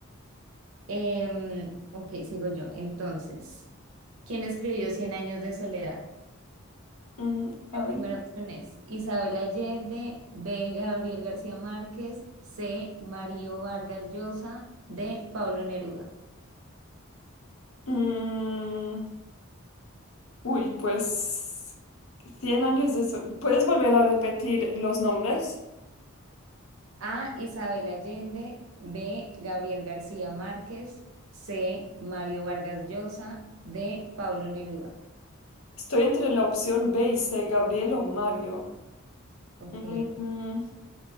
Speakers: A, on the right; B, on the left.
A: Em, ok, sigo yo. Entonces, ¿quién escribió Cien años de soledad?
B: Mm, a
A: La primera
B: ver.
A: opción es Isabel Allende, B. Gabriel García Márquez, C. Mario Vargas Llosa, D. Pablo Neruda.
B: Mm, uy, pues 100 años de... so- ¿Puedes volver a repetir los nombres?
A: A. Isabel Allende, B. Gabriel García Márquez, C. Mario Vargas Llosa, D. Pablo Neruda.
B: Estoy entre la opción B y C, Gabriel o Mario.
A: Ok,
B: Mm,